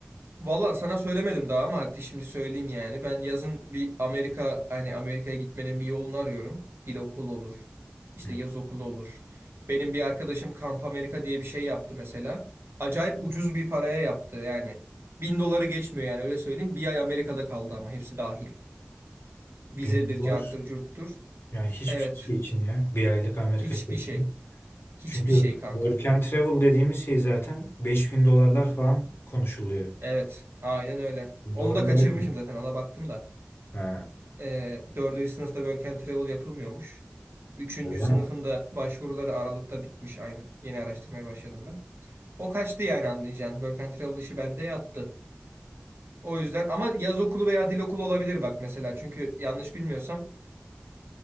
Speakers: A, on the right; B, on the left.
A: Valla sana söylemedim daha ama hadi şimdi söyleyeyim yani. Ben yazın bir Amerika hani Amerika'ya gitmenin bir yolunu arıyorum. Dil okulu olur. İşte
B: Hı.
A: yaz okulu olur. Benim bir arkadaşım Kamp Amerika diye bir şey yaptı mesela. Acayip ucuz bir paraya yaptı yani. Bin doları geçmiyor yani öyle söyleyeyim. Bir ay Amerika'da kaldı ama hepsi dahil. Vizedir,
B: Benim var.
A: carttır, curttur.
B: Yani hiçbir
A: Evet.
B: şey için ya. Bir aylık Amerika
A: Hiçbir
B: şey için.
A: şey. Hiçbir
B: Çünkü
A: şey kanka.
B: work and travel dediğimiz şey zaten 5000 dolarlar falan konuşuluyor.
A: Evet. Aynen öyle.
B: Bin
A: Onu
B: Dolar
A: da kaçırmışım
B: gayet iyi.
A: zaten ona baktım da.
B: Ha,
A: E, dördüncü sınıfta Work and Travel yapılmıyormuş. Üçüncü
B: öyle
A: sınıfın
B: mi?
A: da başvuruları Aralık'ta bitmiş aynen. Yeni araştırmaya başladım ben. O kaçtı yani anlayacağın. Work and Travel işi bende yattı. O yüzden ama yaz okulu veya dil okulu olabilir bak mesela. Çünkü yanlış bilmiyorsam